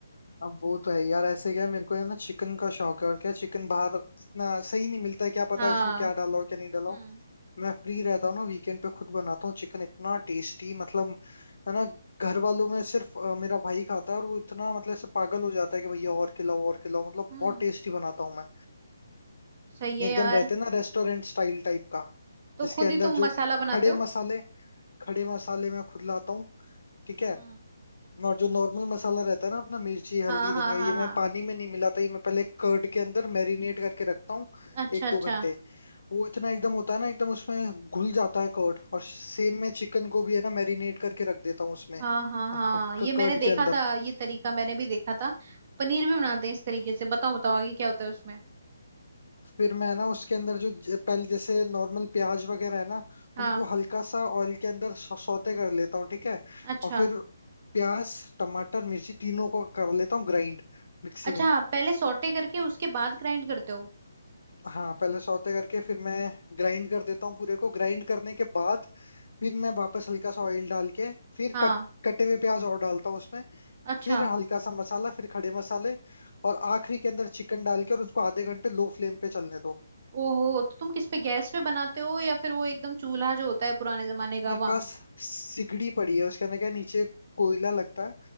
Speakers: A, on the left; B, on the right.
A: अब वो तो है यार ऐसे क्या है, मेरे को है ना चिकन का शौक है और क्या चिकन बाहर इतना सही नहीं मिलता है क्या पता
B: हाँ
A: है उसमें क्या डाला हो क्या नहीं डाला
B: हम्म
A: हो मैं फ्री रहता हूँ ना वीकेंड पे खुद बनाता हूँ चिकन इतना टेस्टी मतलब है ना घर वालों में सिर्फ अ, मेरा भाई खाता है और वो इतना मतलब ऐसे पागल हो जाता है कि भैया और खिलाओ और खिलाओ मतलब
B: हम्म
A: बहुत टेस्टी बनाता हूँ मैं
B: सही है
A: एकदम
B: यार
A: रहते हैं ना रेस्टोरेंट स्टाइल टाइप का
B: तो
A: जिसके
B: खुद
A: अंदर
B: ही तुम
A: जो
B: मसाला बनाते
A: खड़े
B: हो
A: मसाले खड़े मसाले मैं खुद लाता हूँ ठीक है
B: हम्म
A: और जो नॉर्मल मसाला रहता है ना अपना मिर्ची हल्दी
B: हाँ हाँ
A: धनिया
B: हाँ
A: ये मैं
B: हाँ
A: पानी में नहीं मिलाता ये मैं पहले कर्ड के अंदर मैरिनेट करके रखता हूँ
B: अच्छा
A: एक
B: अच्छा
A: दो घंटे वो इतना एकदम होता है ना एकदम उसमें घुल जाता है कर्ड और सेम मैं चिकन को भी है ना मैरिनेट करके रख देता हूँ उसमें
B: हाँ हाँ हाँ ये
A: कर्ड
B: मैंने देखा
A: के अंदर
B: था ये तरीका मैंने भी देखा था पनीर भी बनाते हैं इस तरीके से बताओ बताओ आगे क्या होता है उसमें
A: फिर मैं ना उसके अंदर जो ज- पहले जैसे नॉर्मल प्याज वगैरह है ना
B: हाँ
A: उनको हल्का सा ऑयल के अंदर सौ- सौते कर लेता हूँ ठीक है
B: अच्छा
A: और फिर प्याज टमाटर मिर्ची तीनों को कर लेता हूँ ग्राइंड मिक्सी
B: अच्छा
A: में
B: पहले सौटे करके उसके बाद ग्राइंड करते हो
A: हाँ पहले सौते करके फिर मैं ग्राइंड कर देता हूँ पूरे को ग्राइंड करने के बाद फिर मैं वापस हल्का सा ऑयल डाल के फिर
B: हाँ
A: कट कटे हुए प्याज और डालता हूँ उसमें
B: अच्छा
A: फिर हल्का सा मसाला फिर खड़े मसाले और आखिरी के अंदर चिकन डाल के और उसको आधे घंटे लो फ्लेम पे चलने दो
B: ओहो तो तुम किस पे गैस पे बनाते हो या फिर वो एकदम चूल्हा जो होता है पुराने जमाने का
A: मेरे
B: वहां
A: पास सिगड़ी पड़ी है उसके अंदर क्या नीचे कोयला लगता है